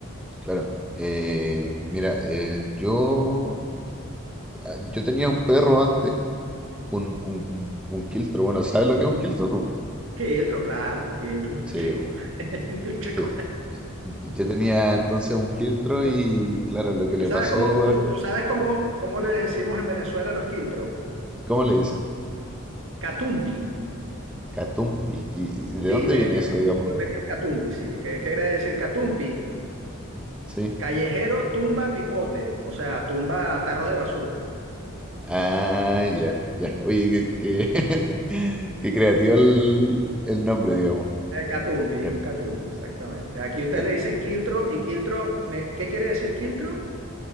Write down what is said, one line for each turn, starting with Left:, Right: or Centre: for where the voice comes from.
Centre: claro. Eh, mira, eh, yo, ah, yo tenía un perro antes, un, un, un quiltro. Bueno, ¿sabes lo que es un quiltro tú?
Right: Quiltro, claro, un quiltro, un
Centre: Sí,
Right: chico.
Centre: bo,
Right: <laughs> Un chico.
Centre: sí. Yo, yo tenía entonces un quiltro
Right: ¿Tú,
Centre: y claro, lo que
Right: tú
Centre: le
Right: sabes
Centre: pasó
Right: cómo, tú,
Centre: al,
Right: tú sabes cómo, cómo le decimos en Venezuela a los quiltros?
Centre: ¿cómo le dicen?
Right: Catumpi.
Centre: Catumpi. ¿Y, y de
Right: Sí,
Centre: dónde
Right: te-
Centre: viene
Right: tenemos-
Centre: eso, digamos?
Right: yo tenía un catumpi, sí. ¿Qué, qué quiere decir catumpi?
Centre: Sí.
Right: Callejero tumba pipote, o sea, tumba tarros de basura.
Centre: Ah, ya, ya. Oye, qué, qué, <laughs> qué creativo el, el nombre, digamos.
Right: Eh, Catumpi,
Centre: Ya,
Right: un catumpi, exactamente. Aquí ustedes
Centre: ya.
Right: le dicen quiltro y quiltro, me- ¿qué quiere decir quiltro?